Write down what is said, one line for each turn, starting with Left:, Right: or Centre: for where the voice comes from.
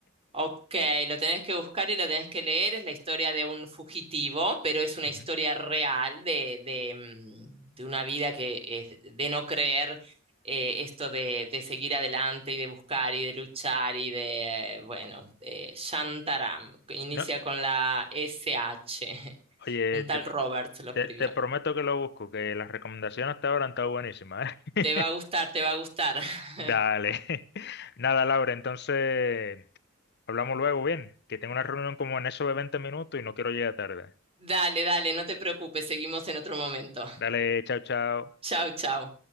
Right: Ok, lo tenés que buscar y lo tenés que leer. Es la historia de un fugitivo, pero es una
Left: Ujú.
Right: historia real de, de, mm, de una vida que es de no creer eh, esto de, de seguir adelante y de buscar y de luchar y de, eh, bueno, de Shantaram, que inicia
Left: No.
Right: con la S H. <laughs>
Left: Oye,
Right: Un tal
Left: te, pr-
Right: Roberts lo escribió.
Left: te, te prometo que lo busco, que las recomendaciones hasta ahora han estado buenísimas, ¿eh?
Right: Te va a gustar, te va a gustar. <laughs>
Left: <laughs> Dale. <laughs> Nada, Laura, entonces hablamos luego, bien, que tengo una reunión como en eso de 20 minutos y no quiero llegar tarde.
Right: Dale, dale, no te preocupes, seguimos en otro momento.
Left: Dale, chao, chao.
Right: Chau, chau.